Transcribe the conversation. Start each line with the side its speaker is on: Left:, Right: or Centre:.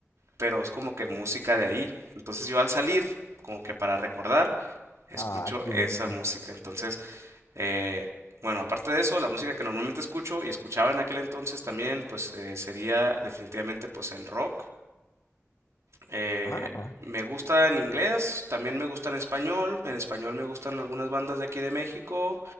Right: pero es como que música de ahí. Entonces yo al salir, como que para recordar, escucho
Left: Ah, qué
Right: esa
Left: lindo.
Right: música. Entonces, eh, bueno, aparte de eso, la música que normalmente escucho y escuchaba en aquel entonces también, pues eh, sería definitivamente pues el rock. Eh,
Left: Ah,
Right: me gusta en inglés, también me gusta en español. En español me gustan algunas bandas de aquí de México,